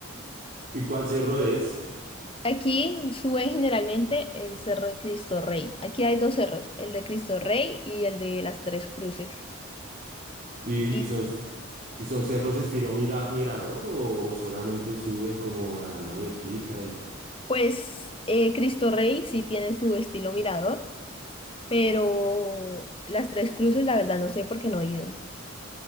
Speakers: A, on the right; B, on the left.
A: ¿Y cuál cerro es?
B: Aquí suben generalmente el Cerro de Cristo Rey. Aquí hay dos cerros, el de Cristo Rey y el de las Tres Cruces.
A: ¿Y,
B: Y
A: y son, y son cerros estilo mira, mirador o, o solamente suben como a dar la vueltica?
B: pues eh, Cristo Rey sí tiene su estilo mirador, pero las Tres Cruces la verdad no sé por qué no he ido.